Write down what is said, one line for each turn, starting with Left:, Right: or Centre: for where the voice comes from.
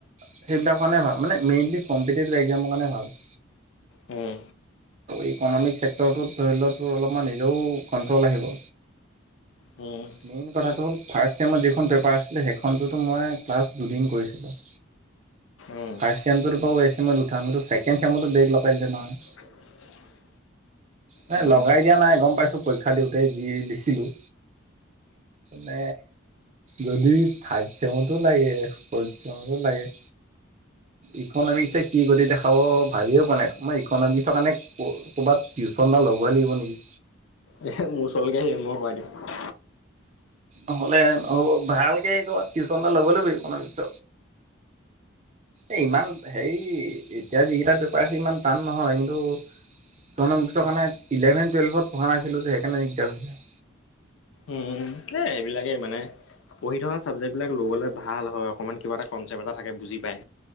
Right: সেইবিলাক কাৰণে ভাল মানে মেইনলি কম্পিটিভ একজামৰ কাৰণে ভাল।
Left: উম।
Right: ইকনমিক চেক্টৰটোত ধৰি লওতো অলপমান এনেয়ো কন্ট্ৰল আহিব।
Left: উম।
Right: মেইন কথাটো হ'ল ফাৰ্ষ্ট চেমত যিখন পেপাৰ আছিলে সেইখনতো মই ক্লাছ দুদিন কৰিছিলোঁ।
Left: উম
Right: ফাৰ্ষ্ট চেমটোৰ বাৰু এইট ছেমত উঠাম চেকেণ্ড চেমত বেগ লগাই দিছে নহয়।
Left: <unintelligible>
Right: নাই
Left: উম
Right: লগাই দিয়া নাই গম পাইছো পৰীক্ষা দিওঁতে যি লিখিলোঁ। মানে যদি থাৰ্ড চেমতো লাগে ফৰ্থ চেমতো লাগে। ইকনমিক্সনে কি কৰি দেখাব ভাবিয়ে পোৱা নাই মই ইকনমিক্সৰ কাৰণে ক কৰবাত টিউশ্যন এটা লবই লাগিব নেকি।
Left: এ মোৰ ওচৰলৈ আহিবি মই কৰাই দিম।
Right: নহ'লে নহ'ব ভালকে ক'ৰবাত টিউশ্যন এটা ল'ব লাগিব। এ ইমান হেৰি এতিয়া যিকেইটা পেপাৰ আছে ইমান টান নহয় কিন্তু ইকনমিক্সৰ কাৰণে ইলেভেন টুৱেল্ভত পঢ়া নাছিলো যে সেইকাৰণে দিগদাৰ হৈছে।
Left: উম। এ এইবিলাকেই মানে। পঢ়ি থকা চাবজেক্টবিলাক ল'বলে ভাল হয়। অকণমান কিবা এটা কনচেপ্ট এটা থাকে, বুজি পায়।